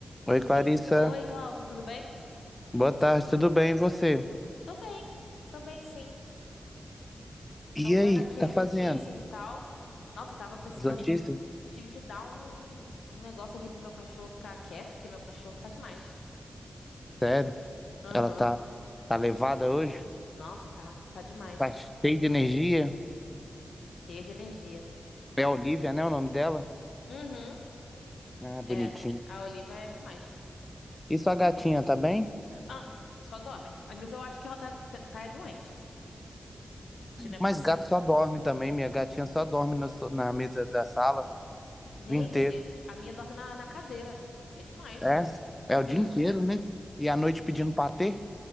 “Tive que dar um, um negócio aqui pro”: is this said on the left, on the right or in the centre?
Left